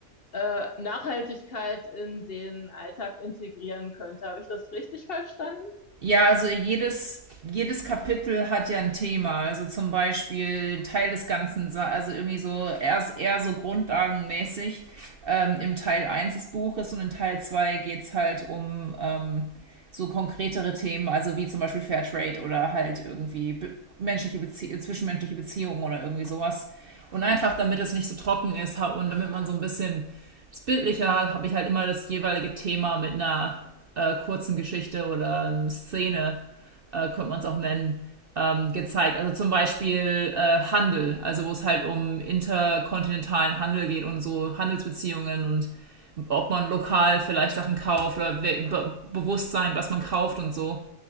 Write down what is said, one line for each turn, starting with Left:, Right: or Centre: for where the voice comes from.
Left: äh, Nachhaltigkeit in den Alltag integrieren könnte. Habe ich das richtig verstanden?
Right: Ja, also jedes, jedes Kapitel hat ja ein Thema. Also zum Beispiel Teil des Ganzen, also irgendwie so erst eher so grundlagenmäßig ähm, im Teil eins des Buches und in Teil 2 geht's halt um ähm, so konkretere Themen, also wie zum Beispiel Fairtrade oder halt irgendwie be menschliche Bezie zwischenmenschliche Beziehungen oder irgendwie sowas. Und einfach, damit es nicht so trocken ist und damit man so ein bisschen bildlicher habe ich halt immer das jeweilige Thema mit einer äh, kurzen Geschichte oder einer Szene, äh, könnte man es auch nennen, ähm, gezeigt. Also zum Beispiel äh, Handel, also wo es halt um interkontinentalen Handel geht und so Handelsbeziehungen und ob man lokal vielleicht Sachen kauft oder we- be Bewusstsein, was man kauft und so.